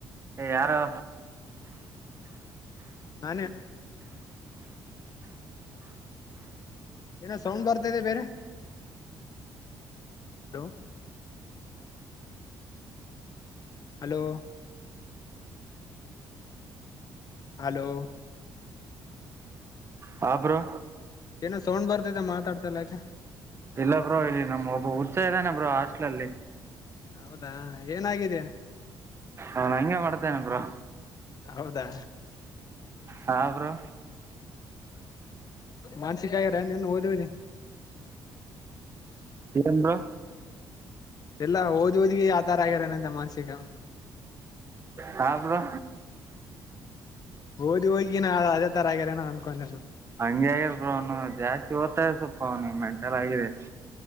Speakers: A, on the right; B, on the left.
A: ಎ ಯಾರೋ
B: ನಾನೇ ಏನೊ ಸೌಂಡ್ ಬರ್ತದೆ ಬೇರೆ ಹಲೋ ಹಲೋ ಹಲೋ
A: ಹಾ ಬ್ರೋ
B: ಏನೋ ಸೌಂಡ್ ಬರ್ತಿದೆ ಮಾತಾಡ್ತಿಲ್ಲಾ ಏಕೆ
A: ಇಲ್ಲ ಬ್ರೋ ಇಲ್ಲಿ ನಮ್ ಒಬ್ಬ ಉಚ್ಚ ಇದಾನೆ ಬ್ರೋ ಹಾಸ್ಟೆಲ್ ಲ್ಲಿ
B: ಹೌದಾ ಏನಾಗಿದಯಾ
A: ಅವನು ಹಂಗೆ ಮಾಡ್ತೇನೆ ಬ್ರೋ
B: ಹೌದಾ
A: ಹಾ ಬ್ರೋ
B: ಮಾನಸಿಕಗಾರ ನೆನ್ನೆ ಓದಿ ಓದಿ
A: ಏನ್ ಬ್ರೋ
B: ಎಲ್ಲ ಓದ್ ಓದಿ ಆತರ ಆಗ್ಯಾರನಂತೆ ಮಾನಸಿಕ
A: ಹ ಬ್ರೋ
B: ಓದಿ ಹೋಗಿ ನಾ ಅದೇ ತರ ಆಗ್ಯರೆ ನ ಅನ್ಕೊಂಡೆ
A: ಹಂಗೆ ಅವ್ನು ಬ್ರೊ ಜಾಸ್ತಿ ಓದ್ತ ಸ್ವಲ್ಪ ಅವ್ನ್ ಗೆ ಮೆಂಟಲ್ ಆಗಿದೆ